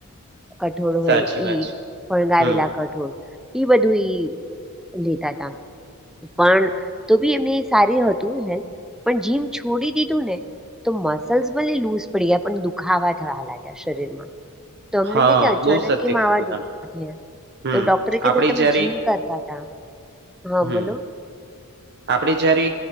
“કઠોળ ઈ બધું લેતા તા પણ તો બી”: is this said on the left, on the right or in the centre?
Centre